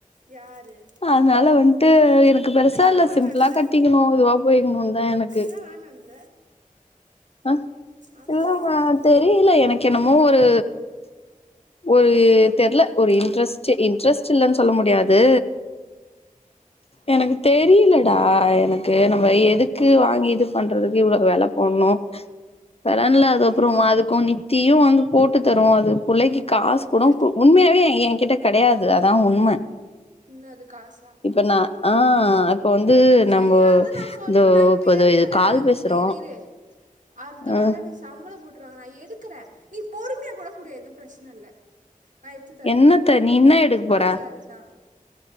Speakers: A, on the right (about 65°); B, on the left (about 45°).
A: யாரு
B: அதனால வன்ட்டு எனக்கு பெருசா
A: ஏன்
B: இல்ல
A: வேணான்ற
B: சிம்பிளா கட்டிக்கிணு இதுவா போய்க்குணுன்தா எனக்கு
A: ஏன் வேணான்ற
B: அ
A: ஆஃப்
B: இல்லம
A: சாரி கட்டு
B: தெரில எனக்கு என்னமோ ஒரு ஒரு தெர்ல ஒரு இன்ட்ரெஸ்ட்டு இன்ட்ரெஸ்ட் இல்லனு சொல்ல முடியாது எனக்கு தெரியிலடா எனக்கு நம்ம எதுக்கு வாங்கி இது பண்றதுக்கு இவ்ளோ வெல போன்னு வரன்ல அதுகப்றோ அதுக்கு நித்தியு வந்து போட்டு தருவோ அது புள்ளைக்
A: எனக்கு
B: காசு
A: ஒரு டவுட்டு
B: கூடோ கு உண்மயாவே எ கிட்ட கெடையாது அதா உண்ம
A: இன்னும் அது காசா
B: இப்ப நா ஆ இப்ப வந்து
A: சரி
B: நம்போ
A: அதான் நான் சொல்றேன்
B: இந்தோ
A: நான்
B: இப்ப
A: எடுக்கறேன்
B: இது கால் பேசுறோ
A: இரு இரு இரு அடுத்த
B: ஆ
A: வாரோன் வச் சம்பளோ போட்டுருவாங்க நா எடுக்கற நீ பொறுமையா கூட குடு எது பிரச்ன இல்ல நா எத்து தாரே
B: என்னத்த நீ என்ன எடுக்க
A: ஹாஃப்
B: போற
A: சேரிதா